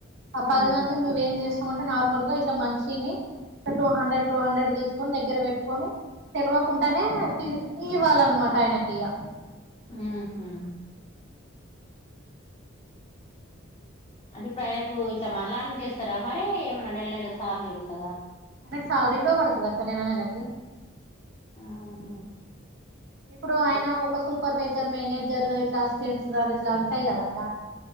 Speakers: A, on the right (about 60°); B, on the left (about 25°).
A: ఆ పది
B: ఉమ్
A: మంది నువ్వేం చేస్ అంటే నార్మల్ గా ఇట్లా మనిషిని టూ హండ్రెడ్ టూ హండ్రెడ్ తీసుకొని దగ్గర పెట్టుకొని తెలివకుండానే తీర్ ఇవ్వాలన్నమాట ఆయనకి ఇగ
B: ఉహు అది బయకు ఇట్లా మనలానే చేస్తారా మరి ఏమైన్నా నెల నెల సాలరీ ఉండదా
A: దానికి శాలరీ కూడా పడతాద నెలనెలకి
B: ఆహా
A: ఇప్పుడు ఆయన ఒక సూపర్వైజర్ మేనేజర్ ఇట్లా అసిస్టెంట్స్ దని ఇట్లా ఉంటాయి కదక్క